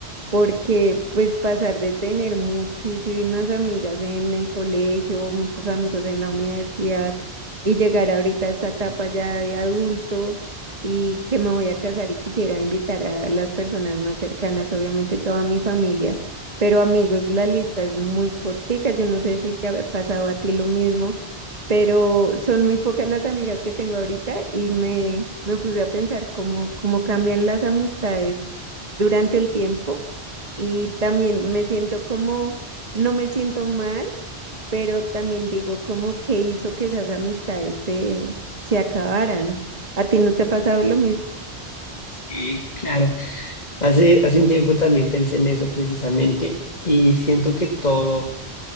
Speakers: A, on the right; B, on the left.
A: porque pues pasar de tener muchísimas amigas en el colegio, muchos amigos en la universidad y llegar ahorita a esta etapa ya de adulto y que me voy a casar y quisiera invitar a las personas más cercanas, obviamente toda mi familia, pero amigos, la lista es muy cortica, yo no sé si te ha pasado a ti lo mismo, pero son muy pocas las amigas que tengo ahorita y me, me puse a pensar cómo, cómo cambian las amistades durante el tiempo y también me siento como, no me siento mal, pero también digo como que hizo que esas amistades se, se acabaran. ¿A ti no te ha pasado lo mismo?
B: Sí, claro. Hace, hace un tiempo también pensé en eso precisamente y siento que todo